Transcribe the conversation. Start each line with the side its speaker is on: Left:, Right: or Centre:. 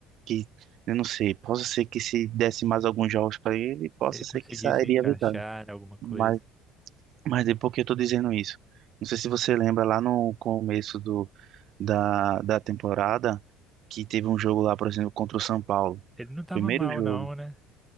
Right: que eu não sei, possa ser que se desse mais alguns jogos para ele, possa
Centre: Ele
Right: ser
Centre: conseguiu
Right: que sairia
Centre: se encaixar
Right: vitória.
Centre: em alguma coisa.
Right: Mas, mas é porque eu tô dizendo isso. Não sei se você lembra lá no começo do, da, da temporada que teve um jogo lá, por exemplo, contra o São Paulo.
Centre: Ele não tava
Right: Primeiro
Centre: mal,
Right: jogo.
Centre: não, né?